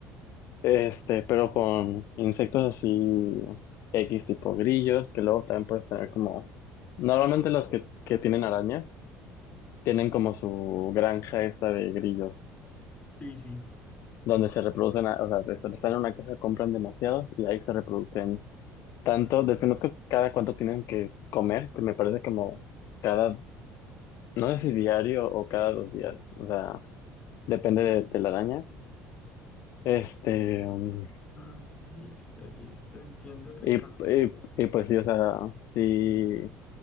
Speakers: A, on the left (about 55°); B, on the left (about 20°).
A: Este, pero con insectos así X tipo grillos, que luego también puedes tener como, normalmente los que, que tienen arañas tienen como su granja esta de grillos,
B: Sí, sí.
A: donde se reproducen, a- o sea, les les salen una caja, compran demasiado y ahí se reproducen tanto, desconozco cada cuánto tienen que comer, que me parece como cada, no sé si diario o cada dos días, o sea, depende de, de la araña. Este, um,
B: Ah, listo, listo, entiendo, Ricardo.
A: y, y, y pues sí, o sea, sí.